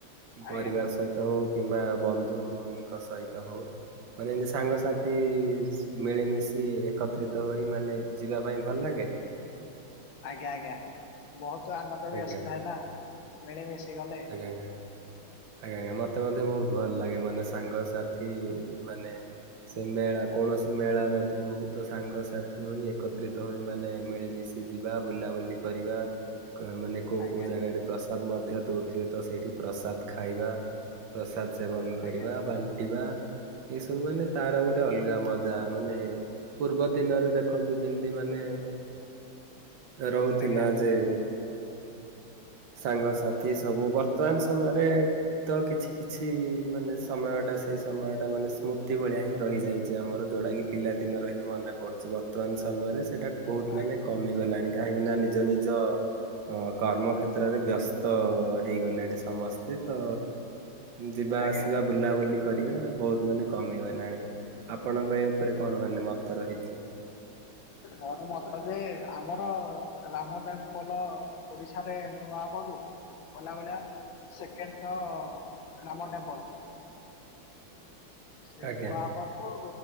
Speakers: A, on the right (about 70°); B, on the left (about 75°).
A: ପରିବାର
B: ଆଜ୍ଞା
A: ସହିତ ହଉ କିମ୍ବା ବନ୍ଧୁଙ୍କ ସହିତ ହଉ ମାନେ ଏମିତି ସାଙ୍ଗସାଥି ମିଳିମିଶି ଏକତ୍ରିତ ହୋଇ ମାନେ ଯିବା ପାଇଁ ଭଲ ଲାଗେ?
B: ଆଜ୍ଞା ଆଜ୍ଞା ବହୁତ ଆନନ୍ଦ ବି
A: ଆଜ୍ଞା
B: ଆସିଥାଏ ନା ମିଳିମିଶି କି ଗଲେ
A: ଆଜ୍ଞା ଆଜ୍ଞା ଆଜ୍ଞା ମତେ ମଧ୍ୟ ବହୁତ ଭଲ ଲାଗେ ମାନେ ସାଙ୍ଗସଥି ମାନେ ସେ ମେଳା କୌଣସି ମେଳା ମଧ୍ୟ ହଉ ତ ସାଙ୍ଗସାଥି ହୋଇ ଏକତ୍ରିତ ହୋଇ ମାନେ ମିଳିମିଶି ଯିବା ବୁଲାବୁଲି କରିବା କ ମାନେ କେଉ
B: ଆଜ୍ଞା
A: କେଉଁ ଜାଗାରେ ପ୍ରସାଦ ମଧ୍ୟ ଦଉଥିବେ ତ ସେଇଠି ପ୍ରସାଦ ଖାଇବା। ପ୍ରସାଦ ସେବନ କରିବା
B: ଆଜ୍ଞା
A: ବାଣ୍ଟିବା ଏସବୁ ସବୁ ମାନେ ତାର ଗୋଟେ ଅଲଗା ମଜା ମାନେ ପୂର୍ବ ଦିନରେ ଦେଖନ୍ତୁ ଯେମିତି ମାନେ ରହୁଥିଲା
B: ଆଜ୍ଞା।
A: ଯେ ସାଙ୍ଗସାଥି ସବୁ ବର୍ତ୍ତମାନ ସମୟରେ ତ କିଛି କିଛି ମାନେ ସମୟଟା ସେ ସେଇ ସମୟଟା ମାନେ ସ୍ମୃତି ଭଳିଆ ହିଁ ରହିଯାଇଛି ଆମର ଯେଉଟା କିି ପିଲାଦିନରେ ହିଁ ମନେ ପଡ଼ୁଛି ବ ବର୍ତ୍ତମାନ ସମୟରେ ସେଇଟା ବହୁତ
B: ଆ-
A: ମାନେ କମିଗଲାଣି କାହିଁକିନା ନିଜ ନିଜ ଅ କର୍ମ କ୍ଷେତ୍ରରେ ବ୍ୟସ୍ତ ହେଇଗଲେଣି ସମସ୍ତେ ତ ଯିବା
B: ଆଜ୍ଞା
A: ଆସିବା ବୁଲାବୁଲି କରିବା ବହୁତ ମାନେ କମି ଗଲାଣି ଆପଣଙ୍କ ଏଇ ଉପରେ କଣ ମାନେ ମତ ରହିଛି?
B: ମୋର ମତ ଯେ ଆମ ଆମର ରାମ ଟେମ୍ପଲ୍ ଓଡିଶାରେ ନୂଆ ପାକୁ ଗଲା ଭଳିଆ ସେକେଣ୍ଡ ନାମ ଟେମ୍ପଲ। ସେ
A: ଆଜ୍ଞା
B: ନୂଆ ହବାକୁ